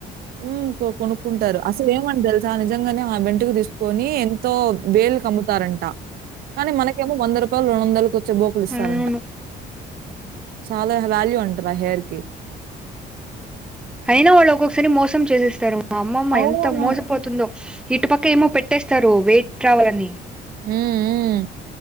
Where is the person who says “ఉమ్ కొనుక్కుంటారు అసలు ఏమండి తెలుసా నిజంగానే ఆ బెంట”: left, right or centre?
Right